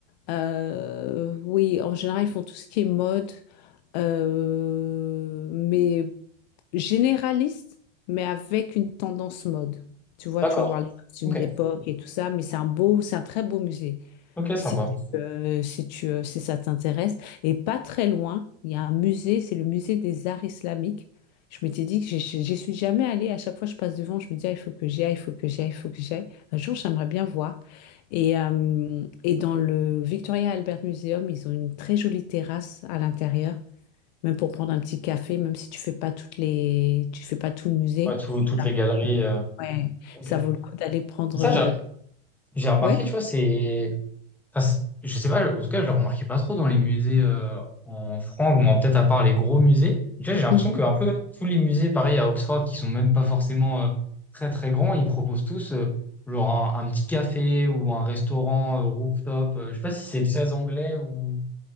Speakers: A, on the left; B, in the centre.
A: Euh, oui, en général, ils font tout ce qui est mode. Euh, mais généraliste, mais avec une tendance mode. Tu vois,
B: D'accord.
A: tu vas voir les costumes
B: Ok.
A: d'époque et tout ça, mais c'est un beau, c'est un très beau musée.
B: Ok,
A: Si
B: sympa.
A: tu, euh, si tu, euh, si ça t'intéresse. Et pas très loin, il y a un musée, c'est le musée des arts islamiques. Je m'étais dit que j'y j'y suis jamais allée. À chaque fois que je passe devant, je me dis, Ah, il faut que j'y aille, il faut que j'y aille, il faut que j'y aille. Un jour, j'aimerais bien voir. Et, euh, et dans le Victoria Albert Museum, ils ont une très jolie terrasse à l'intérieur. Même pour prendre un petit café, même si tu fais pas toutes les, tu fais pas tout le musée.
B: Ouais, tout- toutes
A: ça-
B: les galeries. euh,
A: Ouais,
B: Ok.
A: ça vaut le coup d'aller prendre.
B: Ça,
A: euh,
B: j'a- j'ai remarqué,
A: Ouais.
B: tu vois, c'est. Enfin, c'est- je sais pas, en tout cas, je le remarquais pas trop dans les musées euh, en France, ou moins peut-être à part les gros musées. Tu vois, j'ai l'impression
A: Mhm.
B: que un peu tous les musées, pareil à Oxford, qui sont même pas forcément euh, très très grands, ils proposent tous euh, genre un, un petit café ou un restaurant euh, rooftop. Euh, je sais pas si c'est très anglais ou